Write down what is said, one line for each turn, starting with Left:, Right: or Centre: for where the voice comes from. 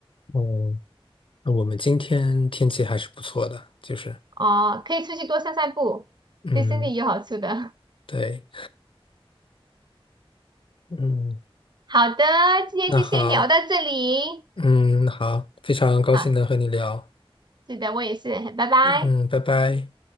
Left: 嗯，那我们今天天气还是不错的，就是，
Right: <laughs> 哦，可以出去多散散步，
Left: 嗯，
Right: 对身体有好处的。<laughs>
Left: 对，嗯，
Right: 好的，今天就先聊到这里，
Left: 那好，嗯，好，非常高兴能和你聊，
Right: 好，是的，我也是，拜拜。
Left: 嗯，拜拜。